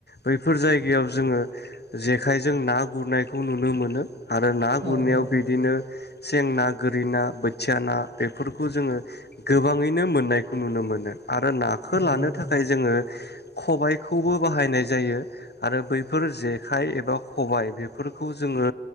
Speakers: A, on the left (about 65°); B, on the right (about 80°).
A: बैफोर जायगायाव जोङो जेखाइजों ना गुरनायखौ नुनो मोनो। आरो ना गुरनायाव
B: औ नंगौ
A: बिदिनो सें ना, गोरि ना, बोथिया ना बेफोरखौ जोङो गोबाङैनो मोननायखौ नुनो मोनो। आरो नाखौ
B: औ
A: लानो
B: नंगौ
A: थाखाय जोङो खबाय खौबो बाहायनाय जायो आरो बैफोर जेखाइ एबा खबाय बेफोरखौ जोङो